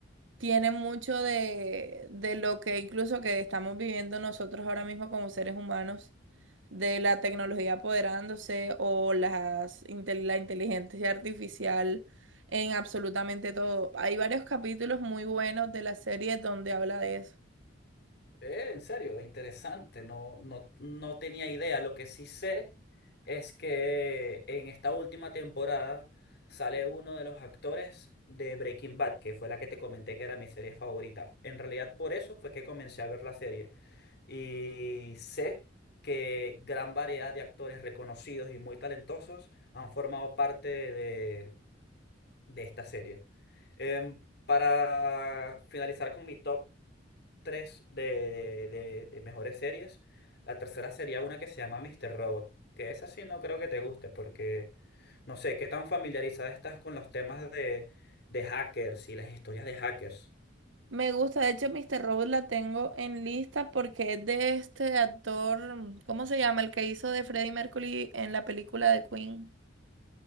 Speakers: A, on the right; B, on the left.
A: Tiene mucho de, de lo que incluso que estamos viviendo nosotros ahora mismo como seres humanos, de la tecnología apoderándose o las, intel- la inteligencia artificial en absolutamente todo. Hay varios capítulos muy buenos de la serie donde habla de eso.
B: Eh, en serio, interesante. No, no, no tenía idea. Lo que sí sé es que en esta última temporada sale uno de los actores de Breaking Bad, que fue la que te comenté que era mi serie favorita. En realidad, por eso fue que comencé a ver la serie. Y sé que gran variedad de actores reconocidos y muy talentosos han formado parte de, de esta serie. Em, para finalizar con mi top tres de, de- de- de mejores series. La tercera sería una que se llama Mr. Robot, que esa sí no creo que te guste porque no sé qué tan familiarizada estás con los temas de, de hackers y las historias de hackers.
A: Me gusta, de hecho, Mr. Robot la tengo en lista porque es de este actor, ¿cómo se llama? El que hizo de Freddie Mercury en la película de Queen.